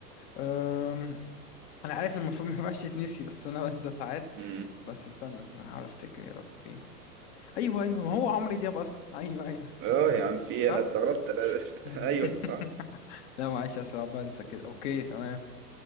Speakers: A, on the left; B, on the right.
A: أم... أنا عارف المفروض <laughs> ما ينفعش يتنسي بس أنا بنسى ساعات
B: امم
A: بس استنى استنى هحاول أفتكر يا ربي أيوه أيوه ما هو عمرو دياب أصلا أيوه أيوه
B: اه يا عم في إيه؟
A: صح
B: انا استغربت انا
A: <laughs>
B: <laughs> ايوه صح
A: لا معلش اصل أنا بنسى كده اوكي تمام